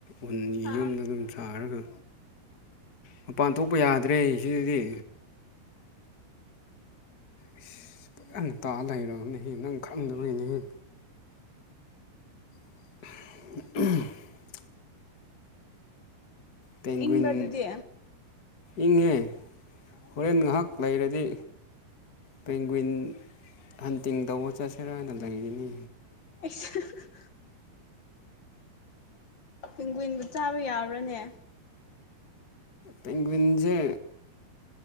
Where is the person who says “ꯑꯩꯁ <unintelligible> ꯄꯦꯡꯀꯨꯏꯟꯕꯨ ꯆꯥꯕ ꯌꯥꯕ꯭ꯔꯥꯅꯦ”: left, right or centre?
Left